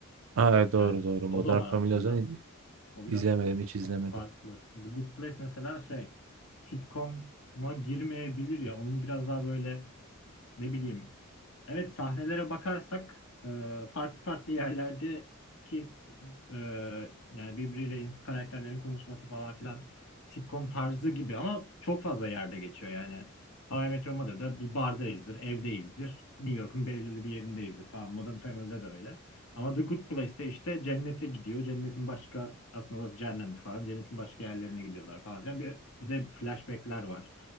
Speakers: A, on the right (about 65°); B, on the left (about 70°).
A: Aa, evet, doğru
B: Yani
A: doğru.
B: o
A: Modern
B: da var
A: Family
B: aslında.
A: o zaman
B: O biraz
A: izlemedim, hiç izlemedim.
B: fa- farklı. The Good Place mesela şey sitcom'a girmeyebilir ya. Onun biraz daha böyle ne bileyim. Evet sahnelere bakarsak e, farklı farklı yerlerdeki e, yani birbiriyle karakterlerin konuşması falan filan sitcom tarzı gibi ama çok fazla yerde geçiyor yani. How I Met Your Mother'da bir bardayızdır, evdeyizdir, New York'un belirli bir yerindeyizdir falan. Modern Family'de de öyle. Ama The Good Place'te işte cennete gidiyor. Cennetin başka aslında orası cehennemmiş falan. Cennetin başka yerlerine gidiyorlar falan filan. Bir, bir de flashback'ler var.